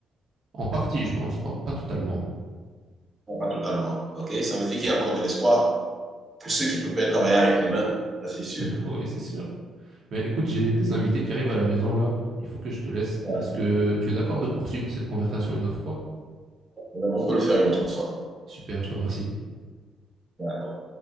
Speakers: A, on the right; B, on the right.
A: En partie, je pense, pas, pas totalement.
B: Non, Pas totalement. OK? Ça veut dire qu'il y a encore de l'espoir pour ceux qui préfèrent travailler avec les mains. Ça, c'est
A: <laughs>
B: sûr.
A: Oui, c'est sûr. Mais écoute, j'ai des invités qui arrivent à la maison là. Il faut que je te laisse.
B: Ouais.
A: Est-ce que tu es d'accord de poursuivre cette conversation une autre fois?
B: On peut le faire une autre fois.
A: Super, je t'en remercie.
B: D'accord.